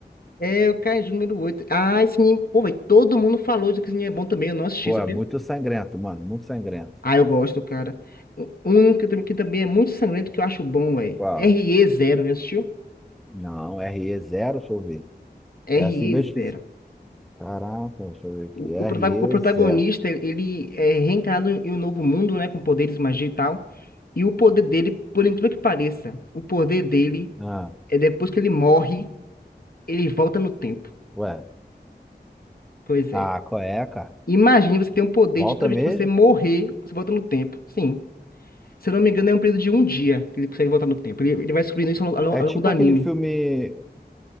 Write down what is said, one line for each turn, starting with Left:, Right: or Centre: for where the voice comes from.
Left: É, o Kaiju número oito. Ah, esse anime. Pô, velho, todo mundo falou de que esse anime é bom também. Eu não assisti,
Centre: Pô,
Left: sabia?
Centre: é muito sangrento, mano. Muito sangrento.
Left: Ah, eu gosto, cara. Um que, também que também é muito sangrento que eu acho bom, velho.
Centre: Qual?
Left: re zero, já assistiu?
Centre: Não, re zero deixa eu ver.
Left: re
Centre: É assim mesmo
Left: zero.
Centre: que se... Caraca, deixa eu ver aqui.
Left: O,
Centre: R
Left: o protago- o protagonista,
Centre: e zero.
Left: ele é reencarnado em um novo mundo, né? Com poderes, magia e tal. E o poder dele, por incrível que pareça, o poder dele
Centre: Ah,
Left: é depois que ele morre, ele volta no tempo.
Centre: ué.
Left: Pois
Centre: Ah,
Left: é.
Centre: qual é, cara?
Left: Imagine você ter um poder
Centre: Volta
Left: de toda vez
Centre: mesmo?
Left: que você morrer, você volta no tempo. Sim. Se eu não me engano, é um período de um dia que ele consegue voltar no tempo. Ele, ele vai descobrindo isso ao, longo
Centre: É
Left: ao
Centre: tipo
Left: longo do anime.
Centre: aquele filme.